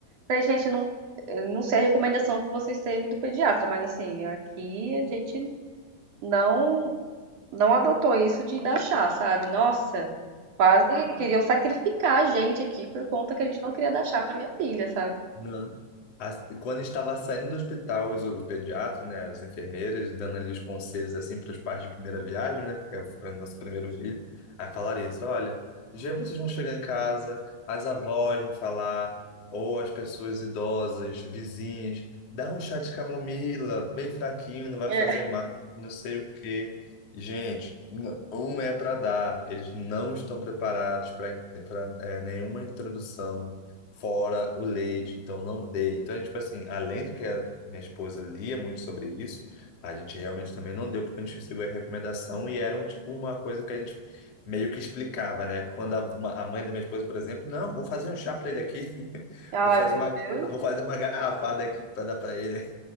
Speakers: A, on the right; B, on the left.
A: Falei, gente, não, eu não sei a recomendação que vocês teve do pediatra, mas assim, aqui a gente não não adotou isso de dar chá, sabe? Nossa, quase queriam sacrificar a gente aqui por conta que a gente não queria dar chá pra minha filha, sabe?
B: Não. As- Quando estava saindo do hospital, os- o pediatra, né, as enfermeiras, dando ali os conselhos assim para os pais de primeira viagem, né, porque é o nosso primeiro filho, aí falaram isso: olha, já vocês vão chegar em casa, as avós vão falar, ou as pessoas idosas, vizinhos, dá um chá de camomila, bem fraquinho, não vai
A: É.
B: fazer mal, não sei o quê. Gente, n- um é para dar, eles não estão preparados para nenhuma introdução fora o leite, então não dê. Então, a gente, tipo assim, além de que a minha esposa lia muito sobre isso, a gente realmente também não deu, porque a gente recebeu a recomendação e era um, tipo uma coisa que a gente meio que explicava, né? Quando a, uma- a mãe da minha esposa, por exemplo, não, vou fazer um chá para ele aqui, <laughs>
A: Ai,
B: vou fazer
A: meu
B: uma,
A: Deus.
B: vou fazer uma garrafada aqui para dar para ele.